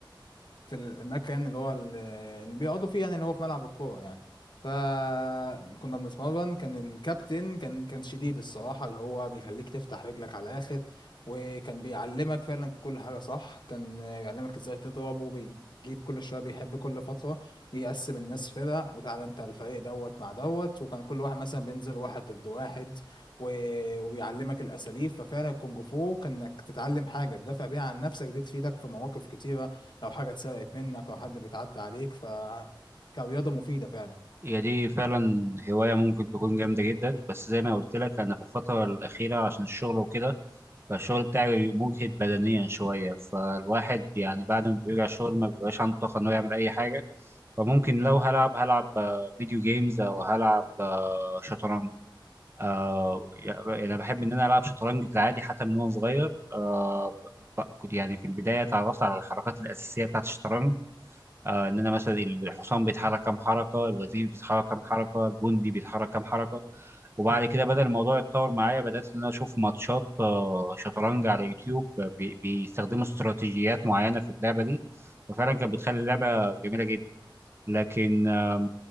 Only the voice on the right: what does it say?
هي دي فعلا هواية ممكن تكون جامدة جدا بس زي ما قلت لك أنا في الفترة الأخيرة عشان الشغل وكده فالشغل بتاعي مجهد بدنيا شوية فالواحد يعني بعد ما بيرجع الشغل ما بيبقاش عنده طاقة إنه يعمل أي حاجة فممكن لو هلعب هلعب آه، فيديو جيمز أو هلعب آه، شطرنج آه يعني أنا بحب إن أنا ألعب شطرنج في العادي حتى من وأنا صغير آه ب- ب- كنت يعني في البداية اتعرفت على الحركات الأساسية بتاعة الشطرنج آه ان انا مثلا الحصان بيتحرك كام حركه الوزير بيتحرك كام حركه الجندي بيتحرك كام حركه وبعد كده بدأ الموضوع يتطور معايا بدأت ان انا اشوف ماتشات آه، شطرنج على يوتيوب آه، بي- بيستخدموا استراتيجيات معينه في اللعبه دي وفعلا كانت بتخلي اللعبه جميله جدا لكن آه،